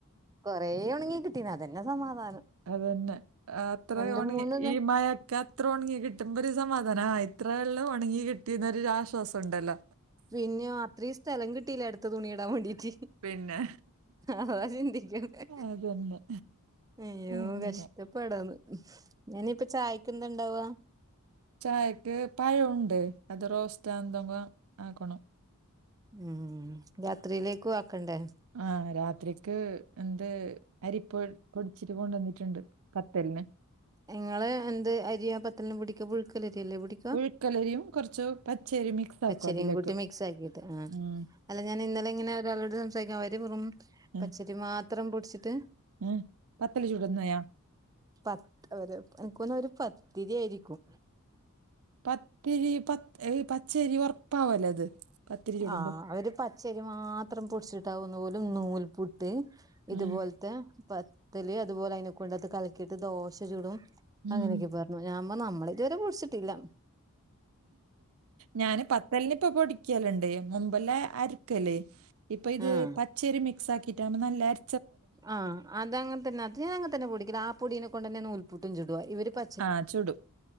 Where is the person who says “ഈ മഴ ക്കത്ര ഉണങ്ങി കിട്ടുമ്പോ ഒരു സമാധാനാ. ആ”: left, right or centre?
Right